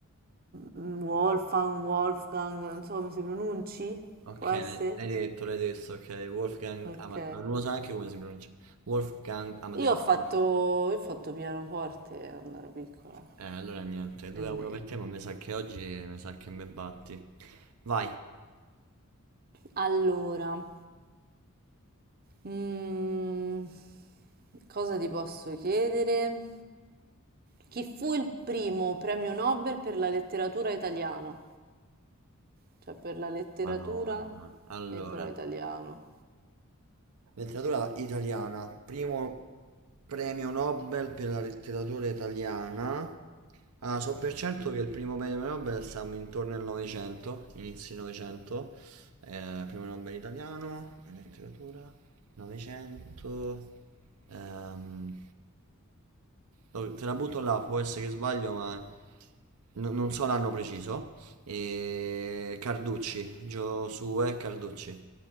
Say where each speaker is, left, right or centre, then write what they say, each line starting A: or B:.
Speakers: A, on the right; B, on the right.
A: Wolfgang, Wolfgang, non so come si pronunci.
B: Ok,
A: Può essere?
B: l'hai l'hai detto, l'hai detto, ok, Wolfgang
A: Ok.
B: Amadeus, non lo so neanche come si pronuncia. Wolfgang Amadeus.
A: Io ho fatto, io ho fatto pianoforte quando ero piccola.
B: Eh, allora niente,
A: Quindi,
B: 2 a 1 per te, ma mi sa che oggi mi sa che me batti. Vai.
A: Allora, mm, cosa ti posso chiedere? Chi fu il primo premio Nobel per la letteratura italiana? Cioè per la letteratura
B: Madonna. Allora,
A: e però italiano.
B: Letteratura italiana, primo premio Nobel per la letteratura italiana. Ah, so per certo che il primo premio Nobel siamo intorno al Novecento, inizi Novecento. Eh, primo Nobel italiano, per letteratura, Novecento. Ehm, oh, te la butto là, può essere che sbaglio, ma no- non so l'anno preciso. E Carducci, Giosuè Carducci.